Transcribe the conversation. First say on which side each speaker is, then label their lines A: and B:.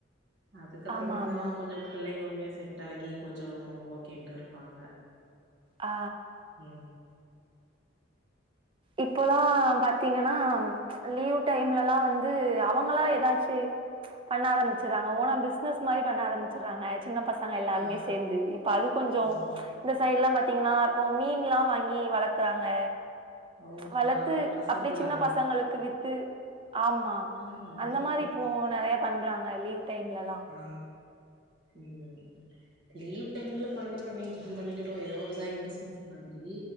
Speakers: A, on the right (about 60°); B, on the right (about 25°).
A: ஆ அதுக்கப்புற
B: ஆமாமா.
A: மட்டுன் கொஞ்ச பிள்ளைங்களுமே செட் ஆகி கொஞ்ச ஓகேன்ட்டு இருப்பாங்க
B: ஆ
A: உ
B: இப்பலா பாத்தீங்கன்னா ச் அ லீவ் வுட்டா எங்கனா ல வந்து அவங்களா எ தாச்சு பண்ண ஆரம்பச்சர்றாங்க ஓனா பிஸ்னஸ் மாரி பண்ண ஆரம்பச்சர்றாங்க சின்ன பசங்க எல்லாருமே
A: ஆ
B: சேந்து இப்ப அது கொஞ்சோ
A: ம்
B: இந்த சைடு எல்லா பா த்தீங்ன்னா இப்போ மீன்லா வாங்கி வளக்குறாங்க
A: ஓ
B: வளத்து
A: ஆ பசங்களா
B: அப்டியே சின்ன பசங்களுக்கு வி த்து ஆமா
A: ம்
B: அந்த
A: ஆ
B: மாரி
A: பர
B: இப்போ நெறைய பண்றாங்க லீவ் டைம்லலாம்.
A: ஆ ம் லீவ் டைம்ல பண்ணா பண்ணி பண்ணிக்கிட்டு எதோ ஒரு சைடு பிசினஸ் மாதிரி